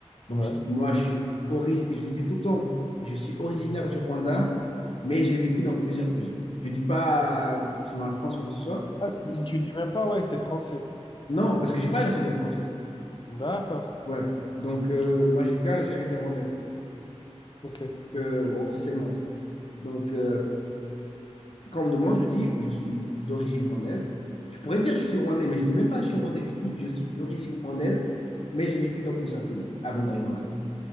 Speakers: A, on the left; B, on the left.
A: Donc,
B: Ouais.
A: je dis, moi, je suis ori- je le dis tout le temps, je suis originaire du Rwanda, mais j'ai vécu dans plusieurs pays. Je dis pas forcément la France, quoi que ce soit.
B: Ah,
A: Si-
B: tu, dis
A: si.
B: tu dis même pas, ouais, t'es français.
A: Non, parce que j'ai pas la nationalité française.
B: D'accord.
A: Ouais. Donc, euh, moi, j'ai que la nationalité rwandaise,
B: Ok.
A: que, bon, officiellement en tout cas. Donc, euh, quand on me demande, je dis, je suis d'origine rwandaise. Je pourrais dire, je suis rwandais, mais je dis même pas, je suis rwandais. Je dis, je suis d'origine rwandaise, mais j'ai vécu dans plusieurs pays avant d'arriver en Allemagne.